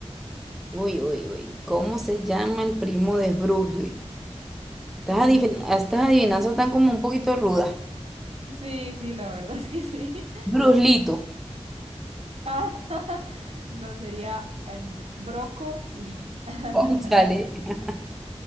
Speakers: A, in the centre; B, on the right.
A: uy, uy, uy. ¿Cómo se llama el primo de Bruce Lee? Estas
B: ujú.
A: adivin- estas adivinanzas están como un poquito rudas.
B: Sí, sí, la verdad es que sí. <laughs>
A: Bruce Lito.
B: Ah, <laughs> no sería em, Broco Lee. <laughs>
A: Cónchale. <laughs>